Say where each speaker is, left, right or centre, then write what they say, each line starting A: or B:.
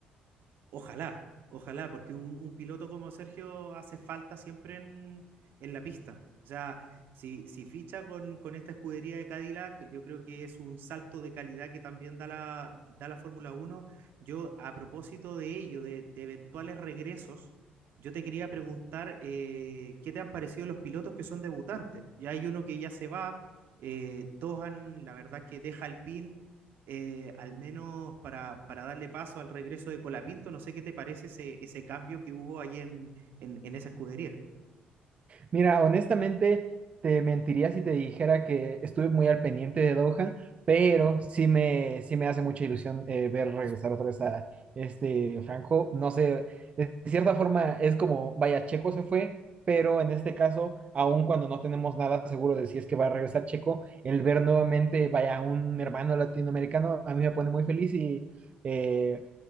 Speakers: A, on the right; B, on the right.
A: Ojalá, ojalá, porque un, un piloto como Sergio hace falta siempre en, en la pista. O sea, si, si ficha con, con esta escudería de Cadillac, yo creo que es un salto de calidad que también da la, da la Fórmula Uno. Yo, a propósito de ello, de, de eventuales regresos, yo te quería preguntar eh, qué te han parecido los pilotos que son debutantes. Ya hay uno que ya se va, eh, dos han, la verdad que deja Alpine eh, al menos para, para darle paso al regreso de Colapinto, no sé qué te parece ese, ese cambio que hubo ahí en, en, en esa escudería.
B: Mira, honestamente, te mentiría si te dijera que estuve muy al pendiente de Doha, pero sí me, sí me hace mucha ilusión eh, ver regresar otra vez a este Franco. No sé, de cierta forma es como, vaya, Checo se fue. Pero en este caso, aun cuando no tenemos nada seguro de si es que va a regresar Checo, el ver nuevamente, vaya, un hermano latinoamericano, a mí me pone muy feliz y, Eh,